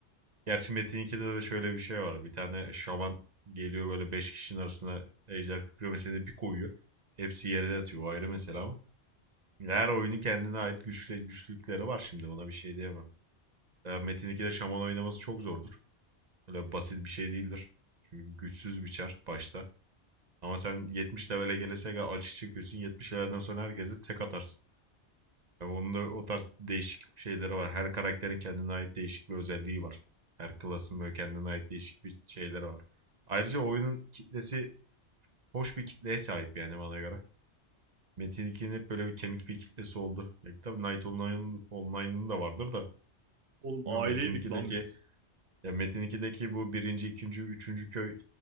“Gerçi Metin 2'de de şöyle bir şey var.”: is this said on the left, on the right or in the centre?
Right